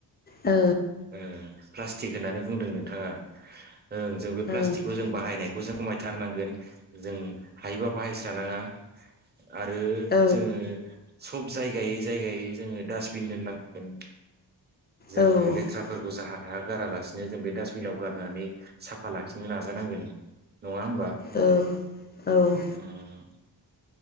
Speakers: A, on the left; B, on the right.
A: ओ
B: ओ प्लास थिख होननानै बुं नोंथाङा ओ जों बे ल्पासथिख
A: ओ
B: बाहायनायखौ जों खमायथारनांगोन जों हायोबा बाहायस्रानाङा आरो
A: औ
B: जोङो सब जायगायै जायगायै जोङो डासबिन दोननांगोन जोङो
A: औ
B: लेथ्राफोरखौ जाहाथे गारालासिनो जों बे डास्टबिनाव गारनानै साफा लाखिनो नाजानांगोन नङा होमबा
A: औ औ
B: ओम